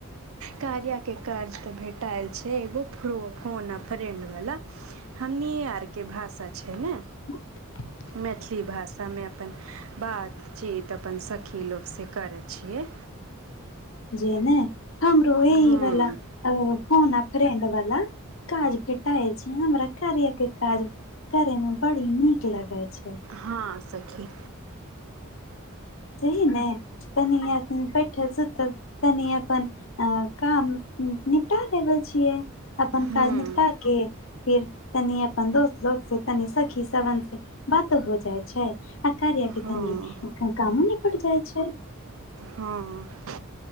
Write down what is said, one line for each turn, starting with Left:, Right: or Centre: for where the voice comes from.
Right: कार्याके काज तऽ भेटाएल छै एगो फोन फोन आ फ्रेंड वाला हमनिये आरके भाषा छै ने
Left: <inaudible>
Right: मैथिली भाषामे अपन बात जी तऽ अपन सखी लोकसँ करै छियै
Left: जे ने हमरो एहि
Right: हूँ
Left: वला फोन आ फ्रेंड वाला काज भेटाय छै हमरा कार्या के काज करे मे बड़ी नीक लगै छै
Right: हँ सखी
Left: जही नहि तनी बैठल सुतल तनी अपन काम निपटा देबै छियै अपन अपन
Right: हूँ
Left: काज निपटा के फिर तनी अपन दोस्त लोक से तनी सखी सवन से बातो हो जाइ छै आ कार्यके
Right: हूँ
Left: तनी कामो निपेट जाइ छै
Right: हँ